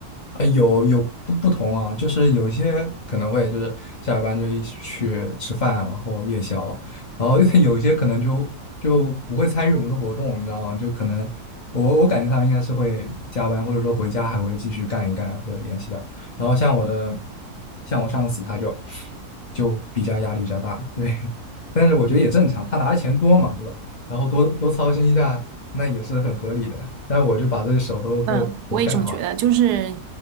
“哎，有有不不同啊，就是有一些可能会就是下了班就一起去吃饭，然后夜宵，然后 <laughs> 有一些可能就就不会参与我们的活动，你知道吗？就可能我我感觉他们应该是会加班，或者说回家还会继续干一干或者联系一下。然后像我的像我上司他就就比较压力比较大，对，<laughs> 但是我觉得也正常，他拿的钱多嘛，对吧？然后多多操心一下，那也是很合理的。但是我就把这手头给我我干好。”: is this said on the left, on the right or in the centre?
Left